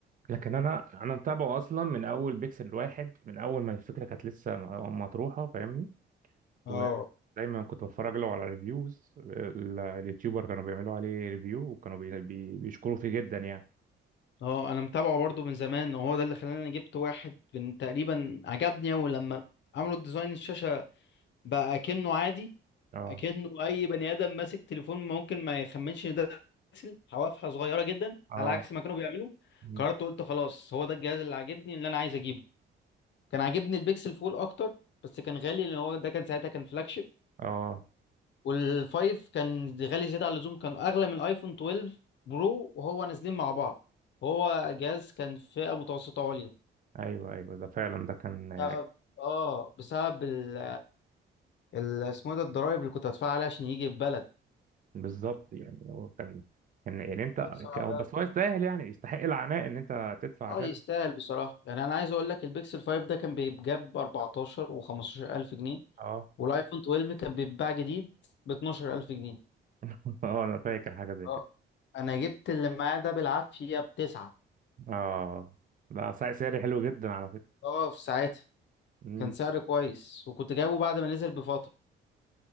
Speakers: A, on the right (about 45°); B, on the left (about 65°).
A: لكن أنا أنا متابعه أصلا من أول بيكسل واحد من أول ما الفكرة كانت لسه م- مطروحة فاهمني
B: اه
A: ودايما كنت بتفرج له على ريفيوز اليوتيوبر كانوا بيعملوا عليه ريفيو وكانوا بي بي بيشكروا فيه جدا يعني
B: اه انا متابعه برضو من زمان وهو ده اللي خلاني جبت واحد من تقريبا عجبني اول لما عملوا ديزاين الشاشه بقى كأنه عادي
A: اه
B: اكنه اي بني ادم ماسك تليفون ممكن ما يخمنش ان ده بيكسل حوافها صغيره جدا
A: اه
B: على عكس ما كانوا بيعملوا
A: مم.
B: قررت قلت خلاص هو ده الجهاز اللي عاجبني اللي انا عايز اجيبه كان عاجبني البيكسل فول اكتر بس كان غالي لان هو ده كان ساعتها كان فلاج شيب
A: اه
B: والفايف كان غالي زياده عن اللزوم كان اغلى من الايفون 12 برو وهو نازلين مع بعض هو جهاز كان فئه متوسطه عليا
A: ايوه ايوه ده فعلا ده كان آه،
B: بسبب اه بسبب ال ال- اسمه إيه ده الضرايب اللي كنت هدفعها عليها عشان يجي البلد
A: بالظبط يعني هو كان كان يعني انت
B: كان صعب
A: ك- هو بس هو يستاهل يعني يستحق العناء ان انت تدفع
B: اه
A: عشان
B: يستاهل بصراحة يعني انا عايز اقول لك البيكسل 5 ده كان بيتجاب ب 14 و 15 الف جنيه
A: اه
B: والايفون 12 كان بيتباع جديد ب 12 الف جنيه
A: <laughs> اه انا فاكر حاجه زي
B: اه
A: كده
B: انا جبت اللي معاه ده بالعافية بتسعة
A: اه ده سعر سعري حلو جدا على فكره
B: اه في ساعتها
A: امم
B: كان سعر كويس وكنت جايبه بعد ما نزل بفترة